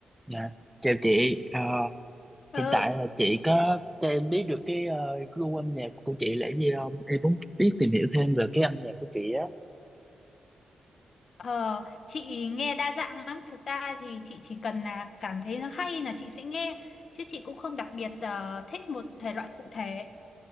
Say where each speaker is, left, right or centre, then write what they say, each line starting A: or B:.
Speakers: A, in the centre; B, on the left.
A: Dạ, chào chị, Ờ,
B: Ừ,
A: hiện tại là chị có cho em biết được cái ờ, gu âm nhạc của chị là gì không? Em muốn biết tìm hiểu thêm về cái âm nhạc của chị á.
B: ờ, chị nghe đa dạng lắm. Thực ra thì chị chỉ cần là cảm thấy nó hay là chị sẽ nghe, chứ chị cũng không đặc biệt ờ, thích một thể loại cụ thể.